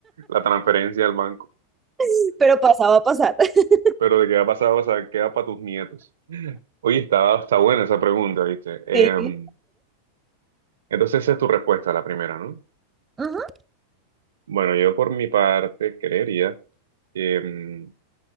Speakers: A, on the right (about 60°); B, on the right (about 15°).
A: la transferencia al banco.
B: <laughs> pero pasa, va a pasar. <laughs>
A: Pero de qué ha pasado, o sea, queda para tus nietos. Oye, está, está buena esa pregunta, ¿viste? Em,
B: Sí.
A: entonces esa es tu respuesta, la primera, ¿no?
B: Ajá.
A: Bueno, yo por mi parte creería que mm,